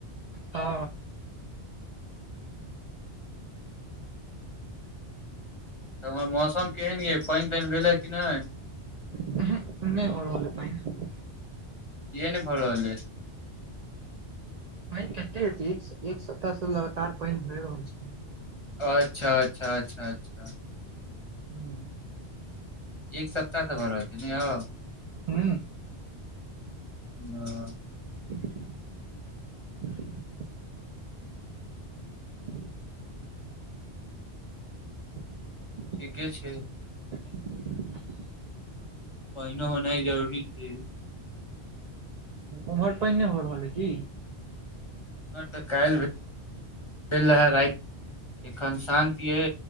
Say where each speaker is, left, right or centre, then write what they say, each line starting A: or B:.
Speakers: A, on the right; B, on the left.
A: हा।
B: तऽ हमर मौसम केहन यइ पानि तानि भेलै कि नहि।
A: उहु नहि भऽ रहल यै पाइन।
B: किया ने भऽ रहल हैं।
A: पाइन कते हेतै एक सप्ताह से लगातार पाइन भये रहल छै।
B: अच्छा, अच्छा, अच्छा, अच्छा।
A: हू।
B: एक सप्ताह से भऽ रहल छै ने यौ।
A: ह।
B: हँ।
A: <inaudible> <inaudible> <inaudible>
B: ठीके छै।
A: <inaudible>
B: पानिओ होनाइ जरूरी छै
A: उमर पाइन नहि हो रहलहै कि।
B: नहि तऽ काल भऽ चऽ, रहऽ, राति एखन शान्त छै,